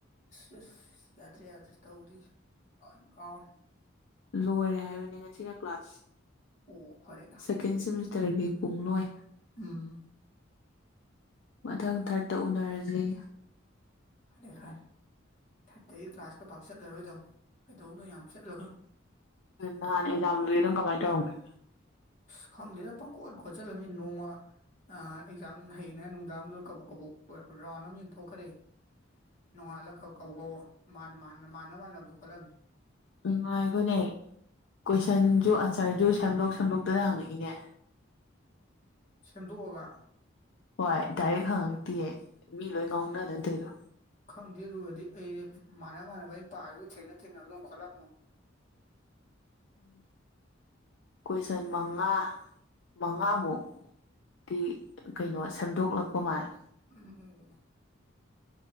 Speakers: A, on the left; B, on the left.
A: ꯑꯁ ꯑꯁ ꯌꯥꯗ꯭ꯔꯦ ꯌꯥꯗ꯭ꯔꯦ ꯇꯧꯔꯤꯁꯦ ꯂꯣꯢ ꯀꯥꯎꯋꯦ
B: ꯂꯣꯏꯔꯦ ꯍꯥꯏꯕꯅꯤ ꯉꯁꯤꯅ ꯀ꯭ꯂꯥꯁ
A: ꯑꯣ ꯐꯔꯦꯗ
B: ꯁꯦꯀꯦꯟ ꯁꯦꯃꯤꯁꯇꯔꯒꯤ ꯄꯨꯡ ꯂꯣꯏ
A: ꯎꯝ
B: ꯃꯊꯪ ꯊꯥꯔꯇ ꯎꯅꯔꯁꯤ
A: ꯐꯔꯦ ꯐꯔꯦ ꯊꯥꯔꯇꯒꯤ ꯀ꯭ꯂꯥꯁꯀ ꯐꯥꯛ ꯆꯠꯂꯔꯣꯏꯗ ꯀꯩꯗꯧꯗꯣꯢꯅꯣ ꯌꯥꯝ ꯆꯠꯂꯒ
B: ꯅꯍꯥꯜ ꯑꯦꯛꯖꯥꯝꯗꯨꯗꯤ ꯀꯃꯥꯏ ꯇꯧꯔꯝꯒꯦ
A: ꯑꯁ ꯈꯪꯗꯦꯗ ꯄꯪ ꯀꯣꯠ ꯈꯣꯠꯆꯜꯂꯝꯃꯤ ꯅꯣꯡꯃꯥ ꯑꯦꯛꯖꯥꯝ ꯍꯌꯦꯡꯉꯥꯏ ꯅꯨꯡꯗꯥꯡꯗꯨꯗ ꯀꯕꯣꯛ ꯀꯕꯣꯛꯔꯛꯄ ꯔꯥꯎꯟ ꯑꯃ ꯌꯦꯡꯊꯣꯛꯈ꯭ꯔꯦ ꯅꯣꯡꯉꯥꯜꯂꯒ ꯀꯧꯕ ꯃꯥꯟꯅꯕ ꯃꯥꯟꯅꯕꯗꯣ ꯈꯣꯠꯂꯝꯃꯤ
B: ꯅꯨꯡꯉꯥꯢꯕꯅꯦ ꯀꯣꯏꯁꯟꯁꯨ ꯑꯟꯁꯔꯁꯨ ꯁꯦꯝꯗꯣꯛ ꯁꯦꯝꯗꯛꯇꯗ ꯍꯪꯉꯛꯏꯅꯦ
A: ꯁꯦꯝꯗꯣꯛꯑꯒ
B: ꯍꯣꯏ ꯗꯥꯏꯔꯦꯛ ꯍꯪꯉꯛꯇꯦꯌꯦ ꯃꯤ ꯂꯣꯏ ꯉꯧꯅꯗꯅ ꯇꯧꯔꯤꯗꯣ
A: ꯈꯪꯗꯦ ꯑꯗꯨꯒꯗꯤ ꯑꯩꯗꯤ ꯃꯥꯟꯅ ꯃꯥꯟꯅꯕ ꯑꯩꯅ ꯄꯥꯕ ꯊꯦꯡꯅ ꯊꯦꯡꯅꯕ ꯑꯗꯨꯧ ꯈꯣꯠꯂꯝꯃ
B: ꯎꯝ ꯀꯣꯏꯁꯟ ꯃꯉꯥ ꯃꯉꯥꯃꯨꯛ ꯗꯤ ꯀꯩꯅꯣ ꯁꯦꯝꯗꯣꯛꯂꯛꯄ ꯃꯥꯜꯂꯦ
A: ꯑꯣ ꯑꯣ